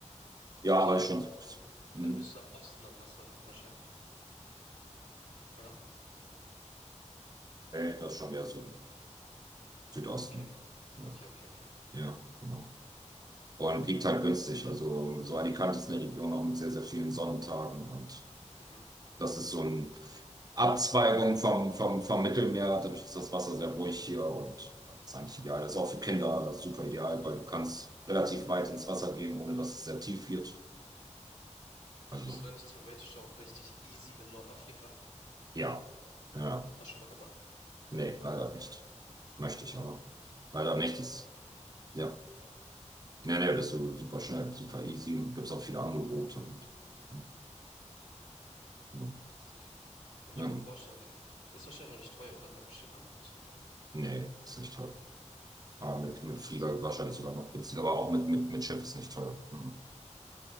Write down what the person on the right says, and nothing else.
Ja,
aber
ist schon
Südküste. Hm.
Nee, das ist schon eher Süden. Südosten.
Ja,
ja, genau. Und liegt halt günstig. Also so Alicante ist eine Region auch mit sehr, sehr vielen Sonnentagen. Und
das ist so eine Abzweigung vom, vom, vom Mittelmeer. Dadurch ist das Wasser sehr ruhig hier und ja, ist eigentlich ideal. Ist auch für Kinder super ideal, weil du kannst relativ weit ins Wasser gehen, ohne dass es sehr tief wird. Also
ja, ja,
nee, leider nicht. Möchte ich aber. Leider nicht. Ist, ja, nee, nee, bist du super schnell, super easy und gibt es auch viele Angebote. Und, hm, genau.
ja,
Ähm,
nee, ist nicht toll. Ja, mit, mit
Flieger wahrscheinlich sogar noch günstiger, aber auch mit, mit, mit Schiff ist nicht teuer. Mhm.